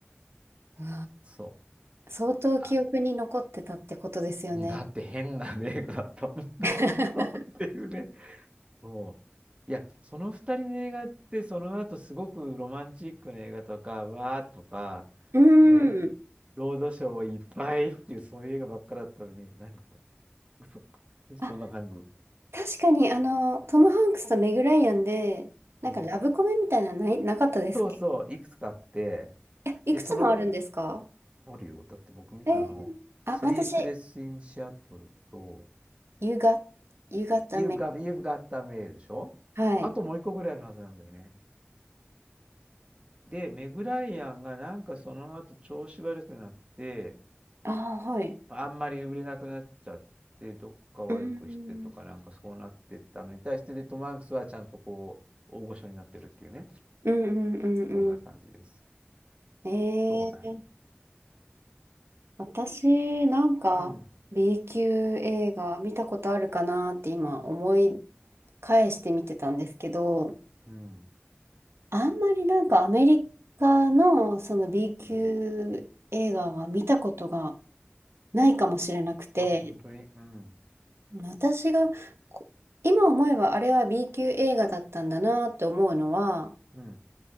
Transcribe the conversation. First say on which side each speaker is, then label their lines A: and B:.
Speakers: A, on the right; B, on the right.
A: わ
B: そう。
A: ー、相当記憶に残ってたってことですよね。
B: あ、うんだって変な映画だったもんだってさ、
A: <laughs>
B: っていうね。そう。いや、その二人の映画って、その後すごくロマンチックな映画とか、わーとか、
A: うーん。
B: ね、ロードショーをいっぱいっていう、そういう映画ばっかだったのに、何か嘘。
A: あ、
B: そんな感じ。
A: 確かに、あの、トム・ハンクスとメグ・ライアンで、なんかラブコメみたいなのない、
B: うん
A: なかったですっけ
B: そうそう、いくつかあって、
A: いや、いくつもあるんですか
B: で、その、あるよ。だって僕見たの、
A: えー、あ、
B: スリープレスインシアトルと、
A: 私、You got, You got the
B: You've
A: mail.
B: got, You've got the mail でしょあともう一個ぐらいあるはずなんだよね。
A: はい。
B: で、メグライアンがなんかその後調子悪くなって、
A: ああ、はい。
B: あんまり売れなくなっちゃって、どっか悪くしてとかなんかそうなってったのに対して、
A: うん、
B: で、トム・ハンクスはちゃんとこう、大御所になってるっていうね。
A: うんうんうんう
B: そんな感じです。
A: ん。えー、
B: そうなの。
A: 私、なんか、
B: うん。
A: B 級映画見たことあるかなって今思い返して見てたんですけど、
B: うん。
A: あんまりなんかアメリカのその B 級映画は見たことが
B: うん。
A: ないかもしれなくて、
B: あ、本当に。うん。
A: 私がこ今思えばあれは B 級映画だったんだなって思うのは、
B: うん。